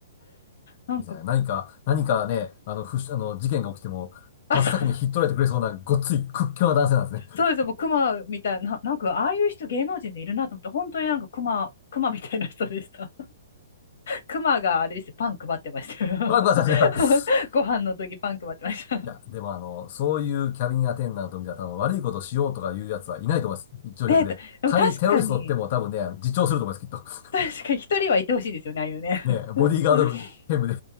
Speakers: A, on the left; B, on the left.
A: <laughs>
B: なんか、
A: いいですね何か、何かね、あの、ふし、あの、事件が起きても、
B: あ、
A: 真っ先に引っ取られてくれそうなごっつい屈強な男性なんですね。
B: そう、そうです、もうクマみたいな、なんかああいう人芸能人でいるなと思って、本当になんかクマ、クマみたいな人でした。クマがあれですよ、パン配ってましたよ。
A: <laughs> ワクワクさすが。
B: <laughs>
A: <laughs>
B: ご飯の時パン配ってました。<laughs>
A: いや、でもあの、そういうキャビンアテンダントみたいな多分悪いことしようとかいうやつはいないと思います。乗客で。
B: ね、でも確かに、
A: 仮にテロリスト乗っても多分ね、自重すると思います、きっと。
B: 確かに一人はいてほしいですよね、
A: <laughs>
B: ああいうね。
A: ね、ボディーガード兼務で
B: <laughs>